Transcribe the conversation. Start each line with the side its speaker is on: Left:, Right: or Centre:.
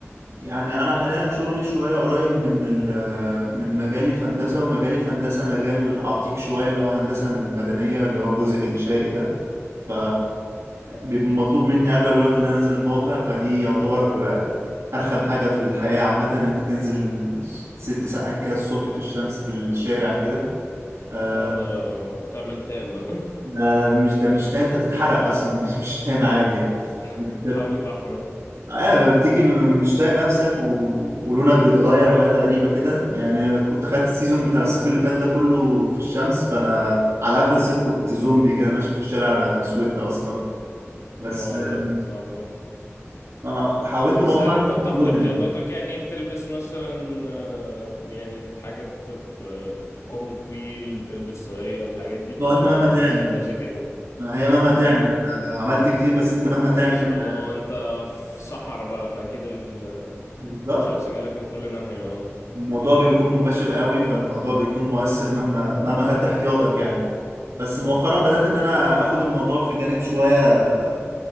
Right: يعني انا حاليا شغلي شويه قريب من ال- من مجالي في هندسه ومجالي في هندسه مجال عتيق شويه اللي هو هندسه المدنيه اللي هو الجزء الانشائي ده ف بيبقى مطلوب مني اغلب الوقت اللي انا انزل الموقع فدي يعتبر ارخم حاجه في الحياه عامه ان انت تنزل ست ساعات كده الصبح في الشمس في الشارع كده آه،
Left: لا ده تعمل تام بقى
Right: ده مش ده مش تان انت تتحرق اصلا <laughs> مش مش تان عادي يعني
Left: <laughs>
Right: انت
Left: تحاول لفحمة
Right: اه ما بتيجي م- مش طايق نفسك و... ولونك بيتغير وحاجات غريبة كده يعني كنت خدت السيزون بتاع الصيف اللي فات ده كله في الشمس فأنا على آخر الصيف كنت زومبي كده ماشي في الشارع مسود أصلا بس
Left: لا
Right: آه
Left: لا صعب
Right: آه، حاولت
Left: بس
Right: مؤخرا
Left: هل انت بتاخد
Right: أحولها
Left: احتياطاتك
Right: يعني
Left: يعني بتلبس مثلا آه، يعني حاجات آه، كم طويل بتلبس طاقية الحاجات دي
Right: هو
Left: ولا
Right: أنت مهما تعمل
Left: بتساعد نفسك كده
Right: آه، هي مهما تعمل
Left: اه
Right: أنا عملت كتير بس أنت مهما تعمل
Left: بس
Right: أنت
Left: ما هو انت في صحرا بقى فاكيد ال-
Right: بالظبط
Left: الشمس جالك من كل ناحية اه
Right: الموضوع بيكون مباشر قوي فالموضوع بيكون مؤثر مهما مهما خدت احتياطك يعني بس مؤخرا بدأت ان انا اخد الموضوع في جانب شوية آه،